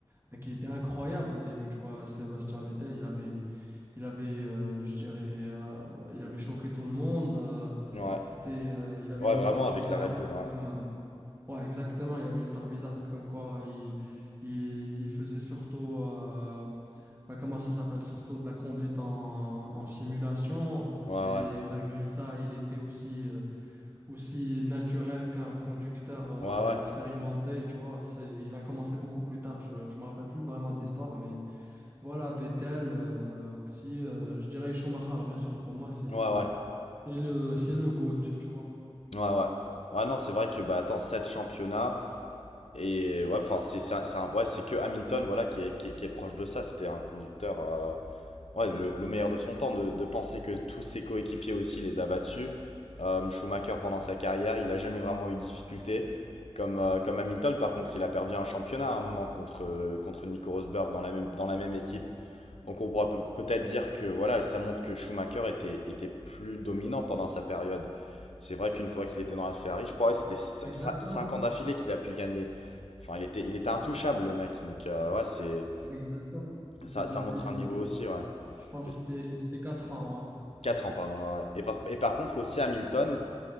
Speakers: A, on the right (about 20°); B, on the left (about 85°).
A: enfin, qu'il était incroyable au début, tu vois. Sébastien Vettel, il avait il avait, euh, je dirais, euh, il avait choqué tout le monde. euh,
B: Ouais.
A: c'était, euh, il avait
B: Ouais,
A: une histoire
B: vraiment, avec
A: bizarre
B: la Red Bull, ouais.
A: comme, euh, ouais, exactement, il avait une histoire bizarre comme quoi il, il, il faisait surtout, euh, bah, comment ça s'appelle, surtout de la conduite en, en simulation.
B: Ouais,
A: Et
B: ouais.
A: malgré ça, il était aussi, euh, aussi naturel qu'un conducteur euh,
B: Ouais, ouais.
A: expérimenté, tu vois. C'est, il a commencé beaucoup plus tard, je ne me rappelle plus vraiment de l'histoire, mais voilà, Vettel euh, aussi, euh, je dirais Schumacher, bien sûr, pour moi, c'est
B: Ouais, ouais.
A: c'est le, c'est le GOAT, tu vois.
B: Ouais, ouais. Ouais, non, c'est vrai que, bah, attends, 7 championnats, et ouais, enfin, c'est c'est un, c'est un- ouais, c'est que Hamilton, voilà, qui est, qui est, qui est proche de ça. C'était un conducteur. euh, Ouais, le, le meilleur de son temps, de, de penser que tous ses coéquipiers aussi les a battus. Euh, Schumacher, pendant sa carrière, il n'a jamais vraiment eu de difficultés. Comme, euh, comme Hamilton, par contre, il a perdu un championnat à un moment contre, euh, contre Nico Rosberg dans la même, dans la même équipe. Donc on pourra peut- être dire que voilà, ça montre que Schumacher était, était plus dominant pendant sa période. C'est vrai qu'une fois qu'il était dans la Ferrari, je crois que c'était cinq
A: Exactement,
B: ans d'affilée qu'il a pu gagner. Enfin, il était, il était intouchable, le mec. Donc, euh, ouais, c'est,
A: exactement. C'était
B: ça,
A: depuis,
B: ça montre un
A: euh,
B: niveau aussi, ouais.
A: je pense,
B: Et,
A: que c'était c'était 4 ans.
B: 4 ans, pardon. ouais. ouais. Et, par, et par contre, aussi Hamilton,